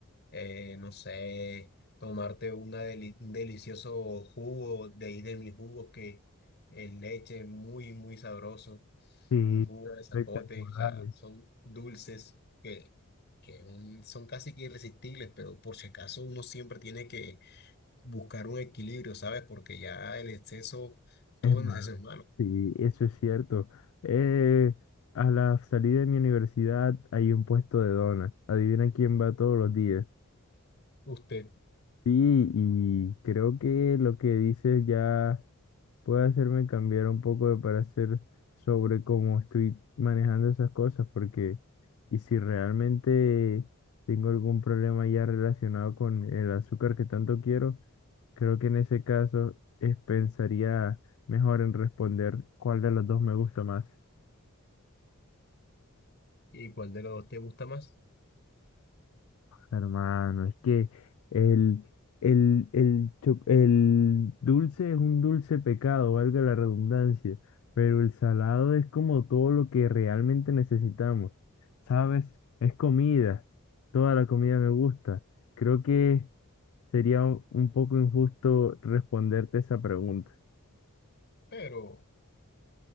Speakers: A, on the left; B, on the left.
A: eh, no sé, tomarte una deli- un delicioso jugo de ahí de mis jugos que en leche muy, muy sabroso,
B: Sí,
A: un jugo de zapote,
B: espectacular.
A: o sea, son dulces que, que un- son casi que irresistibles, pero por si acaso uno siempre tiene que buscar un equilibrio, ¿sabes? Porque ya el exceso, todo
B: Es
A: en
B: malo.
A: exceso es malo.
B: Sí, eso es cierto. Eh, a la salida de mi universidad hay un puesto de donas. Adivina quién va todos los días.
A: ¿Usted?
B: Sí, y creo que lo que dices ya. puede hacerme cambiar un poco de parecer sobre cómo estoy manejando esas cosas, porque y si realmente tengo algún problema ya relacionado con el azúcar que tanto quiero, creo que en ese caso es- pensaría mejor en responder cuál de los dos me gusta más.
A: ¿Y cuál de los dos te gusta más?
B: Hermano, es que el, el, el, cho- el dulce es un dulce pecado, valga la redundancia, pero el salado es como todo lo que realmente necesitamos, ¿sabes? Es comida, toda la comida me gusta. Creo que sería u- un poco injusto responderte esa pregunta.
A: Pero...